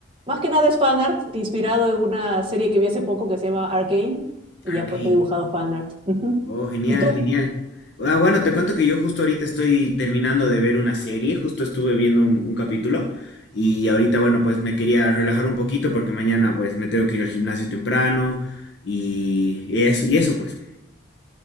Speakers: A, on the right; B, on the left.
A: más que nada es fanart, inspirado en una serie que vi hace poco que se llama Arcane y
B: Arcane.
A: ya pues he dibujado fanart. Ujú.
B: Oh, genial,
A: ¿Y tú?
B: genial. Ah, bueno, te cuento que yo justo ahorita estoy terminando de ver una serie, justo estuve viendo un, un capítulo y ahorita, bueno, pues me quería relajar un poquito porque mañana pues me tengo que ir al gimnasio temprano y, y eso, y eso pues.